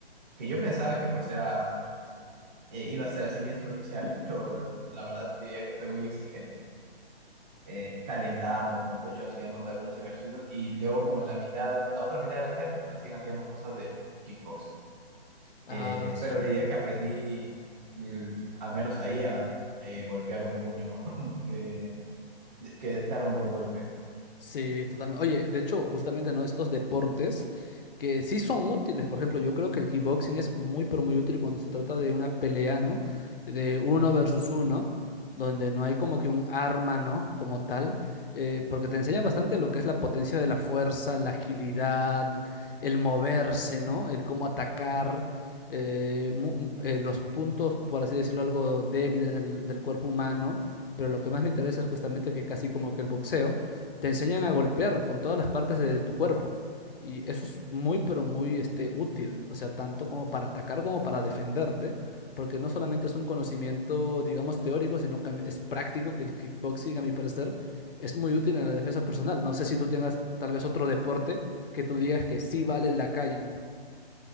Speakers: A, on the right; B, on the left.
A: que yo pensaba que pues era, eh, iba a ser así bien superficial, <laughs> pero la verdad diría que fue muy exigente. Eh, calentábamos mucho, hacíamos algunos ejercicios y
B: Mm.
A: luego como en la mitad, la otra mitad de la clase, recién hacíamos cosas de kickboxing.
B: Ah,
A: Eh,
B: su-
A: pero diría que aprendí, mm, al menos ahí, a eh, golpear un puño, <laughs> eh, de- que dar un buen golpe.
B: Sí, totalmente. Oye, de hecho, justamente, ¿no? Estos deportes que sí son útiles. Por ejemplo, yo creo que el kickboxing es muy, pero muy útil cuando se trata de una pelea, ¿no? De uno versus uno, donde no hay como que un arma, ¿no? Como tal, eh, porque te enseña bastante lo que es la potencia de la fuerza, la agilidad, el moverse, ¿no? El cómo atacar, eh, mu- mu- eh, los puntos, por así decirlo, algo débiles del del cuerpo humano. Pero lo que más me interesa es justamente que casi como que el boxeo te enseñan a golpear con todas las partes de tu cuerpo. Y eso es muy, pero muy este, útil, o sea, tanto como para atacar como para defenderte, porque no solamente es un conocimiento, digamos, teórico, sino que es práctico, que el kickboxing, a mi parecer, es muy útil en la defensa personal. No sé si tú tengas tal vez otro deporte que tú digas que sí vale en la calle.